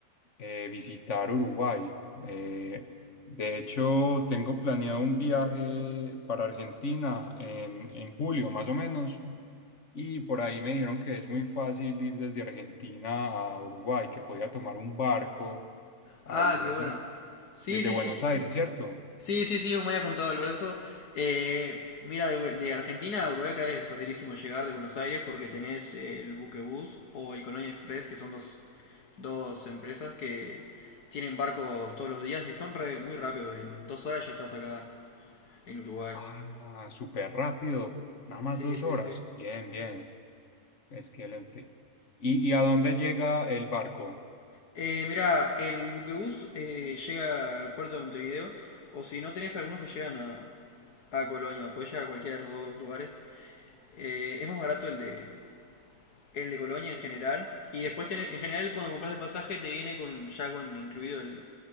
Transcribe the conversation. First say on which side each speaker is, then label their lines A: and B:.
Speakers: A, on the left; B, on the left.
A: eh, visitar Uruguay. Eh, de hecho, tengo planeado un viaje para Argentina en, en julio, más o menos, y por ahí me dijeron que es muy fácil ir desde Argentina a Uruguay, que podía tomar un barco ahí
B: Ah, qué
A: en-
B: bueno. Sí,
A: desde
B: sí,
A: Buenos
B: sí, sí,
A: Aires,
B: sí.
A: ¿cierto?
B: Sí, sí, sí, vos me habías contado algo de eso. Eh, mira, de, Bu- de Argentina a Uruguay acá es facilísimo llegar de Buenos Aires porque tenés eh, el Buquebús o el Colonia Express, que son dos, dos empresas que tienen barcos todos los días y son re- muy rápidos. En dos horas ya estás acá en Uruguay.
A: Ah, súper rápido. Nada más
B: Sí,
A: dos
B: sí,
A: horas.
B: sí.
A: Bien, bien. Excelente. ¿Y, y a dónde llega el barco?
B: Eh, mirá, el buquebús eh, llega al puerto de Montevideo, o si no tenés algunos que llegan a, a Colonia, podés llegar a cualquiera de los dos lugares. Eh, es más barato el de, el de Colonia en general, y después tenés- en general cuando compras el pasaje te viene con ya con incluido el,